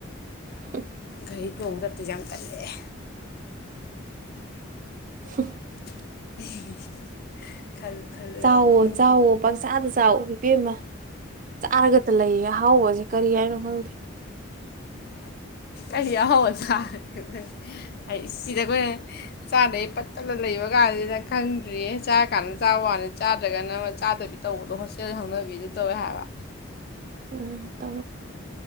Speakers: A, on the right; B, on the left.
A: <unintelligible>
B: ꯑꯩꯩ ꯊꯣꯡꯗꯛꯇꯁꯨꯦ ꯌꯥꯝ ꯇꯜꯂꯛꯑꯦ
A: <unintelligible>
B: <unintelligible> ꯈꯜꯂꯨ ꯈꯜꯂꯨꯔꯒ
A: ꯆꯥꯎꯋꯣ
B: ꯅꯣꯛꯅꯤꯡꯁꯨ
A: ꯆꯥꯎꯋꯣ
B: ꯅꯣꯛꯅꯤꯡ
A: ꯄꯪꯁꯥꯗ ꯆꯥꯎꯋ ꯏꯄꯦꯝꯃ ꯆꯥꯔꯒꯠꯇ ꯂꯩꯌꯦꯦ ꯍꯥꯎ ꯍꯧꯖꯤꯛ ꯀꯔꯤ ꯍꯥꯏꯅ ꯍꯣꯜꯗꯤ
B: ꯑꯦ ꯀ ꯑꯍꯥꯎꯕ ꯆꯥꯦꯪ ꯑꯩ ꯁꯤꯗ ꯑꯩꯈꯣꯏꯅ ꯆꯥꯗꯩ ꯄꯠꯠꯇꯂ ꯂꯩꯕ ꯀꯥꯟꯁꯤꯗ ꯈꯪꯗ꯭ꯔꯤꯌꯦ ꯆꯥꯔ ꯀꯥꯟꯗ ꯆꯥꯕ ꯋꯥꯅꯤ ꯆꯥꯗ꯭ꯔꯒꯅ ꯆꯥꯗꯕꯤ ꯇꯧꯕꯗꯣ ꯍꯣꯁꯇꯦꯜ ꯍꯧꯅꯕꯤꯗ ꯇꯧꯋꯦ ꯍꯥꯏꯕ
A: ꯎꯝ ꯇ